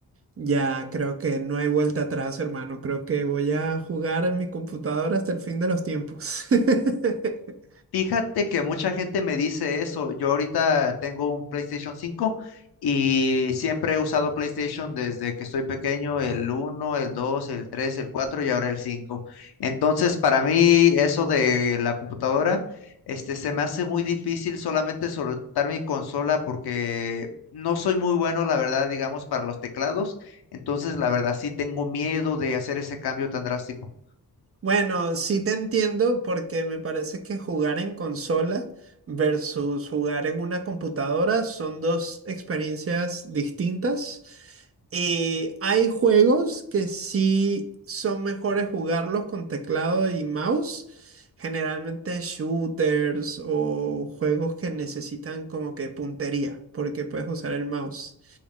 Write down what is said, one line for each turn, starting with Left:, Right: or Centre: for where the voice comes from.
Right: Ya, creo que no hay vuelta atrás, hermano. Creo que voy a jugar en mi computadora hasta el fin de los tiempos. <laughs>
Left: Fíjate que mucha gente me dice eso. Yo ahorita tengo un PlayStation cinco y siempre he usado PlayStation desde que estoy pequeño, el uno, el 2, el 3, el 4 y ahora el 5. Entonces, para mí eso de la computadora, este, se me hace muy difícil solamente soltar mi consola porque no soy muy bueno, la verdad, digamos, para los teclados. Entonces, la verdad, sí tengo miedo de hacer ese cambio tan drástico.
Right: Bueno, sí te entiendo porque me parece que jugar en consola versus jugar en una computadora son dos experiencias distintas. Y hay juegos que sí son mejores jugarlos con teclado y mouse. Generalmente shooters o juegos que necesitan como que puntería porque puedes usar el mouse